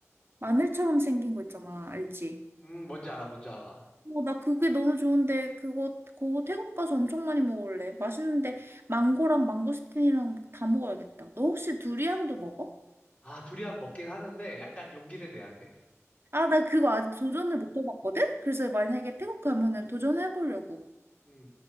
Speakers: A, on the right; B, on the left.
A: 마늘처럼 생긴 거 있잖아, 알지?
B: 음, 뭔지 알아, 뭔지 알아.
A: 어, 나 그게 너무 좋은데 그거 그거 태국 가서 엄청 많이 먹을래. 맛있는데 망고랑 망고스틴이랑 막다 먹어야겠다. 너 혹시 두리안도 먹어?
B: 아, 두리안 먹긴 하는데 약간 용기를 내야 돼.
A: 아, 나 그거 아직 도전을 못 해봤거든? 그래서 만약에 태국 가면은 도전해보려고.
B: 음,